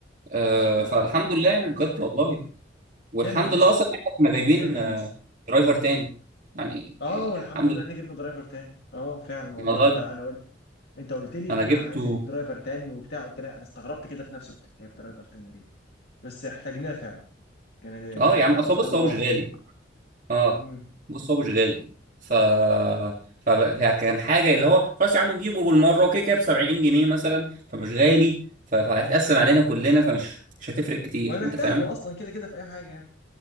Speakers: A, on the right; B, on the left.
A: آه
B: ف... ف...
A: فالحمد لله
B: لا
A: يعني بجد والله والحمد
B: هي ملمسه
A: لله اصلا إن احنا كنا جايبين
B: هي ملمسه
A: آه، درايفر تاني يعني
B: اه
A: آه،
B: والحمد
A: الحمد
B: لله
A: لله
B: احنا جبنا درايفر تاني اه فعلا والله
A: انا راجل
B: انت انا قلت انت قلت لي ان
A: انا
B: انا
A: جبته
B: عايز اجيب درايفر تاني وبتاع قلت لا انا استغربت كده في نفسي قلت جايب درايفر تاني ليه بس احتاجناه فعلا كان يعني
A: اه يا عم
B: فعلا
A: اصل
B: قرار
A: بص
B: موفق
A: هو مش غالي اه
B: مم.
A: بص هو مش غالي ف... ف... فكان حاجه اللي هو خلاص يا عم نجيبه بالمره وكده كده ب 70 جنيه مثلا فمش غالي ف... فهيتقسم علينا كلنا فمش مش هتفرق كتير
B: وهنحتاجه
A: انت فاهم
B: اصلا كده كده في اي حاجه يعني